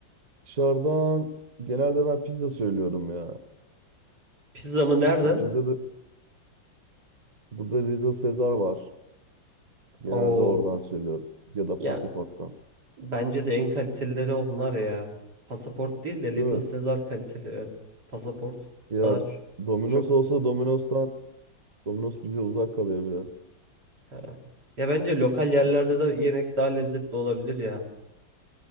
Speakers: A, on the right; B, on the right.
A: Dışarıdan genelde ben pizza söylüyorum ya.
B: Pizza mı nereden?
A: Ya pizza da burada Little Caesar var. Genelde
B: Oo.
A: oradan söylüyorum. Ya da
B: Ya
A: Pasaport'tan.
B: bence de en kalitelileri onlar ya. Pasaport değil de Little
A: Değil mi?
B: Caesar kaliteli evet. Pasaport
A: Ya
B: daha ç-
A: Domino's
B: çok
A: olsa Domino's'tan Domino's bize uzak kalıyor
B: he. Ya bence lokal yerlerde
A: biraz.
B: de yemek daha lezzetli olabilir ya.